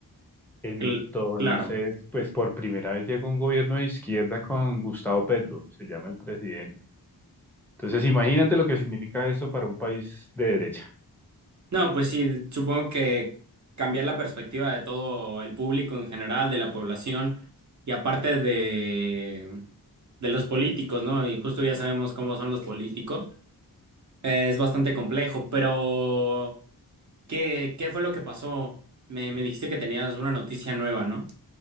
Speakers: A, in the centre; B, on the right.
A: Entonces,
B: Cl- claro.
A: pues por primera vez llegó un gobierno de izquierda con Gustavo Petro, se llama el presidente. Entonces, imagínate lo que significa esto para un país de derecha.
B: No, pues sí, supongo que cambiar la perspectiva de todo el público en general, de la población y aparte de, de los políticos, ¿no? Y justo ya sabemos cómo son los políticos. Eh, es bastante complejo, pero ¿qué, qué fue lo que pasó? Me, me dijiste que tenías una noticia nueva, ¿no?